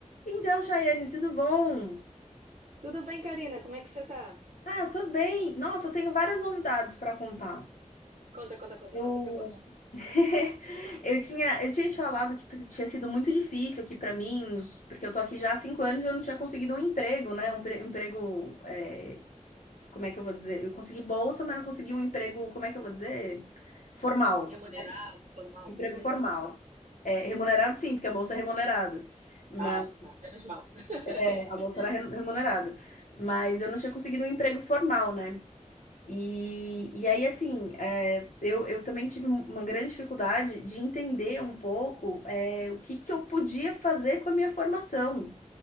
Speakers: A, on the left; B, on the right.
A: Então, Chayane, tudo bom?
B: Tudo bem, Karina? Como é que você tá?
A: Ah, tô bem. Nossa, eu tenho várias novidades para contar.
B: Conta, conta, conta,
A: Eu
B: conta que eu gosto.
A: <laughs> eu tinha eu tinha te falado que tinha sido muito difícil aqui para mim, os- porque eu tô aqui já há cinco anos e eu não tinha conseguido um emprego, né? Um pre- um emprego, é, como é que eu vou dizer? Eu consegui bolsa, mas não consegui um emprego, como é que eu vou dizer? Formal.
B: Remunerado, formal?
A: Emprego
B: Uhum.
A: formal. É, remunerado sim, porque a bolsa é remunerada. Mas
B: Ah, tá. Menos mal. <laughs>
A: é, a bolsa era re- remunerada. Mas eu não tinha conseguido um emprego formal, né? E, e aí, assim, é, eu, eu também tive um, uma grande dificuldade de entender um pouco, é, o que que eu podia fazer com a minha formação.